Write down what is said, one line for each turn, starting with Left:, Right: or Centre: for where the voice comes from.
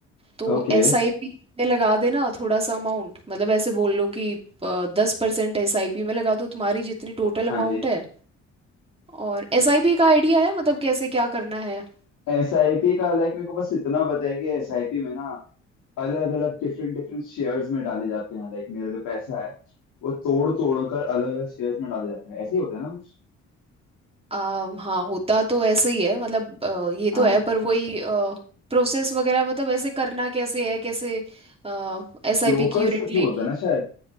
Right: तो
Left: ओके
Right: एसआईपी में लगा देना थोड़ा सा अमाउंट मतलब ऐसे बोल लो कि दस परसेंट एसआईपी में लगा दो तुम्हारी जितनी टोटल अमाउंट
Left: हाँ जी
Right: है और एसआईपी का आइडिया है मतलब कैसे क्या करना है
Left: एसआईपी का लाइक मेरे को बस इतना पता है कि एसआईपी में ना अलग अलग डिफरेंट डिफरेंट शेयर्स में डाले जाते हैं लाइक मेरा जो पैसा है वो तोड़ तोड़ कर अलग अलग शेयर्स में डाले जाते हैं ऐसे ही होता है ना कुछ
Right: आ, हाँ होता तो ऐसे ही है मतलब अ, ये तो
Left: हाँ
Right: है पर वही प्रोसेस वगैरह मतलब ऐसे करना कैसे है कैसे एसआईपी
Left: ब्रोकर्स
Right: की यूनिट
Left: के थ्रू
Right: लेनी
Left: होता है
Right: है
Left: ना शायद